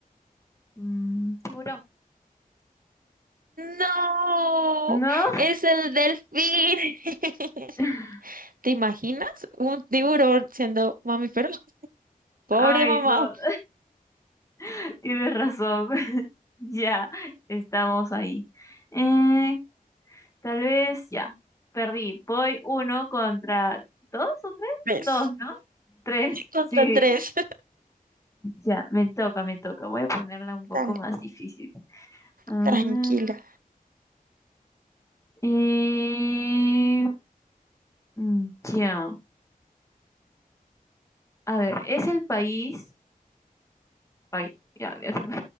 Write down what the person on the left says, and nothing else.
Mm, tiburón.
¿No?
<laughs>
Ay,
no, <laughs> tienes razón. <laughs> Ya, estamos ahí. Eh, tal vez ya. Perdí. Voy uno contra dos o tres.
Dos, ¿no? Tres.
Sí.
Ya, me toca, me toca. Voy a ponerla un
poco
más difícil. Ah,
eh, mm, ya. A ver, es el país. Ay, ya, ya se me